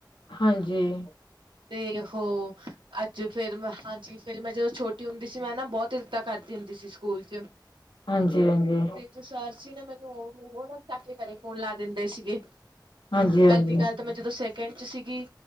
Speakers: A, on the left; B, on the right.
A: ਹਾਂਜੀ
B: ਤੇ ਹੋ ਅੱਜ ਫੇਰ ਮੈਂ ਹਾਂਜੀ, ਫੇਰ ਮੈਂ ਜਦੋਂ ਛੋਟੀ ਹੁੰਦੀ ਸੀ, ਮੈਂ ਨਾ ਬਹੁਤ ਇਲਤਾਂ ਕਰਦੀ ਹੁੰਦੀ ਸੀ ਸਕੂਲ 'ਚ।
A: ਹਾਂਜੀ ਹਾਂਜੀ
B: ਤੇ ਜੋ ਸਰ ਸੀ ਨਾ ਮੈਨੂੰ ਉਹ ਉਹ ਨਾ ਚੱਕ ਕੇ ਘਰੇ ਫੋਨ ਲਾ ਦਿੰਦੇ ਸੀਗੇ। ਪਹਿਲੀ
A: ਹਾਂਜੀ ਹਾਂਜੀ
B: ਗੱਲ ਤੇ ਮੈਂ ਜਦੋਂ ਸੈਕਿੰਡ 'ਚ ਸੀਗੀ